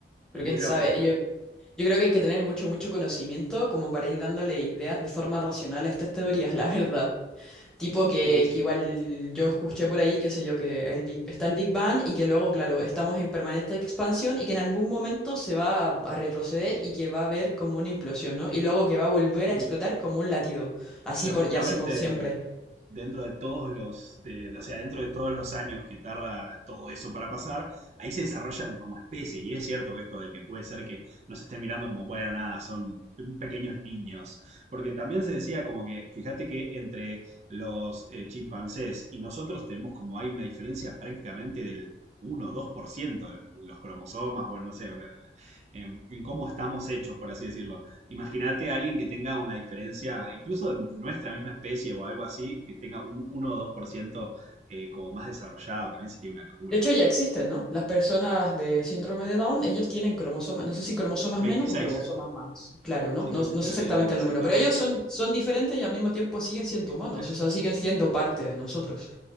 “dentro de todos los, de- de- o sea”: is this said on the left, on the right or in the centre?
Right